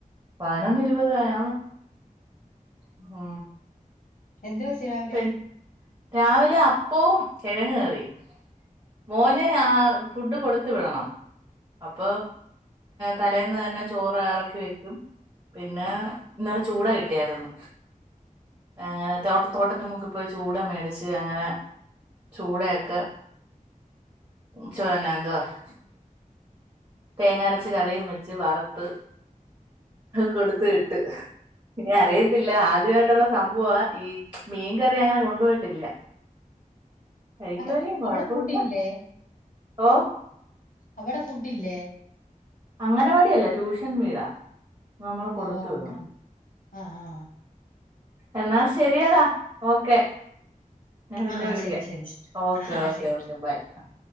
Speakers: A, on the right; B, on the left.
A: പതിനൊന്ന് ഇരുപതായേ ഉം
B: എന്ത് വെച്ചു രാവിലെ
A: പെൺ രാവിലെ അപ്പവും കിഴങ് കറി. മോന ആ ഫുഡ് കൊടുത്ത വിടണം അപ്പൊ തലേന്ന് തന്നെ ചോറ് റക്കി വെക്കും പിന്നെ ഇന്നല ചൂടാ കിട്ടിയായിരുന്നു. അങ്ങനെ തോട്ട തോട്ടത്തി മുക്കിപ്പോയി ചൂട മേടിച്ച് അങ്ങനെ ചൂടയൊക്കെ ചന്നെ എന്തുവാ - തേങ്ങ അരച്ച കറിയും വെച്ച് വറുത്ത് കൊടുത്ത് ട്ട് ഇനി അറിയത്തില്ല ആദ്യമായിട്ടുള്ള - സംഭ ഈ മീൻകറി അങ്ങനെ കൊണ്ടുപോയിട്ടില്ല. കഴിക്കുവായിരിക്കുംയാകൊഴപ്പ
B: അത് അവിടെ ഫുഡില്ലേ
A: ഇല്ല ഓ
B: അവിടെ ഫുഡ ഇല്ലേ?
A: അങ്ങനവാടിയല്ല ട്യൂഷൻ വീടാ നമ്മൾ കൊടുത്തു
B: ഓ അങ്ങനെ
A: വീണം.
B: ആ ആ
A: എന്നാ ശെരിയടാ ഓക്കെ? ഞാൻ പിന്നെ
B: ആ ആ
A: വിളിക്കാം
B: ശരി ശരി ശരി
A: ഓക്കേ
B: ആ
A: ഓക്കേ
B: ശരി
A: ഓക്കേ ബൈ -